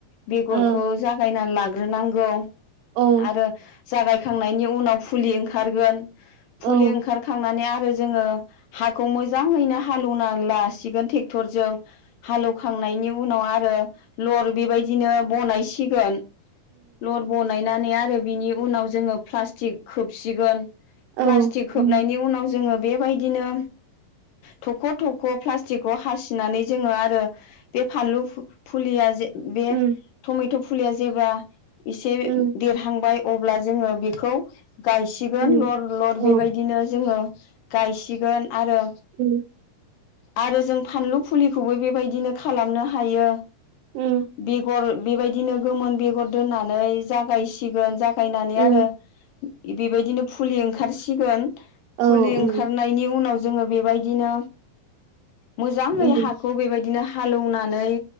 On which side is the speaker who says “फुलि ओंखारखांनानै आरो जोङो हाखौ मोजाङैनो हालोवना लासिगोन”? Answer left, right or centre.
Left